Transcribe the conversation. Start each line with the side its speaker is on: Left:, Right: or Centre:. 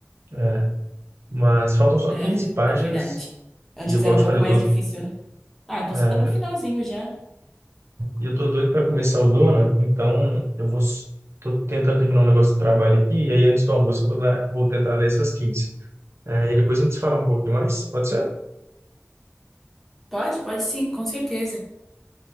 Right: É, mas faltam só
Centre: É,
Right: 15 páginas
Centre: é verdade. Antes
Right: e igual
Centre: era
Right: eu
Centre: um
Right: te
Centre: pouco
Right: falei,
Centre: mais
Right: eu tô,
Centre: difícil, né? Ah, então
Right: é,
Centre: você tá no finalzinho
Right: é,
Centre: já.
Right: e eu tô doido para começar o Dona, então eu vou s- tô tentando terminar um negócio de trabalho aqui e aí antes do almoço eu vou, lá- vou tentar ler essas quinze É, e depois a gente se fala um pouquinho mais, pode ser?
Centre: Pode, pode sim, com certeza.